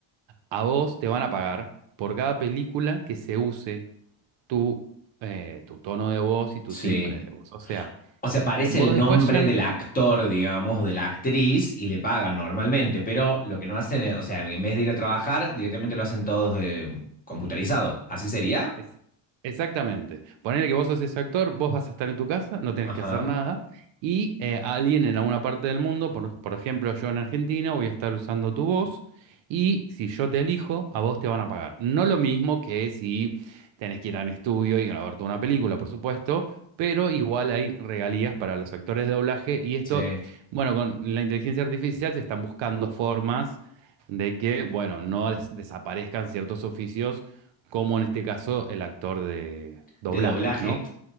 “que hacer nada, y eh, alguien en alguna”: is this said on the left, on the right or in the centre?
Right